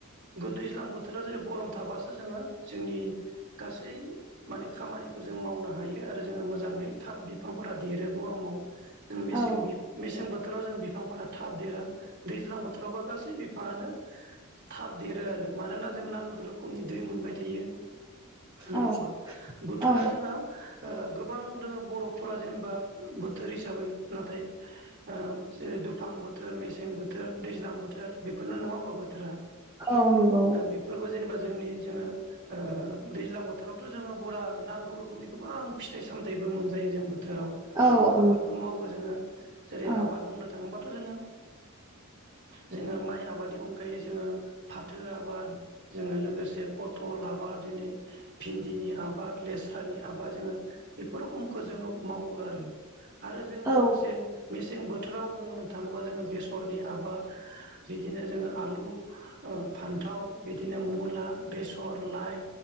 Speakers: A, on the right; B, on the right.
A: गोद दैज्लां बोथोरााव जुदि गरम थाबासो जोङो जोंनि गासै माने खामानिखौ जों मावनो हायो आरो जोङो मोजाङै थाब बिफांफोरा देरो गरमाव जों मेसें
B: औ
A: मेसें बोथोराव जों बिफांफोरा थाब देरा दैज्लां बोथोरावबा गासै बिफाङानो थाब देरो आरो मानोना जों नांगौ रोखोमनि दै मोनबाय थायो नङा
B: औ
A: होमबा बोथोरा
B: औ
A: जोंहा गोबां ओ दोङो बर'फोरा जेनेबा बोथोर हिसाबै नाथाय ओ जे दुफां बोथोर मेस बो सें बोथोर दैज्लां बोथोर बेफोरनो नङा होनबा बोथोरा
B: औ नंगौ
A: ओ बेफोरबो जेनेबा जोंनि जोङो ओ दैज्लां बोथोरावथ' जोङो बुरा नांगौ रोखोमनि गोबां फिथाइ सामथाइ मोनजायो जोंबो बोथोराव
B: औ नंगौ औ
A: गोबां
B: औ
A: आबादबो
B: नंगौ
A: मावो जोङो जेरै
B: औ
A: आबाद बुंनो थाङोबाथ' जोङो
B: <unintelligible>
A: जोङो माइ आबादनि अनगायै जोङो फाथो आबाद जोङो लोगोसे पथल आबाद बादिनो भिन्दिनि आबाद लेस्रानि आबाद जोङो बेफोर रखमखौ जोङो मावो आ रो आरो जों
B: औ
A: लोगोसे मेसें बोथोराव बुंनो थाङोबा जोंङो बेस सरनि आबाद बिदिनो जोङो आलु ओ फान्थाव बिदिनो मुला बेसर लाय